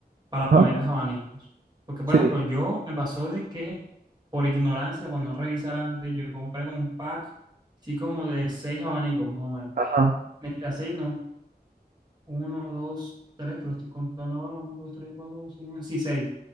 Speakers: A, on the right; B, on the right.
A: para
B: Ajá,
A: ponerles abanicos. Porque,
B: sí,
A: por ejemplo, yo me pasó de que por ignorancia, por no revisar antes, yo compré con un pack, sí, como de seis abanicos, más o menos.
B: ajá,
A: Mentira, seis no. Uno, dos, tres, que lo estoy contando ahora. Uno, dos, tres, cuatro, cinco. Sí, seis.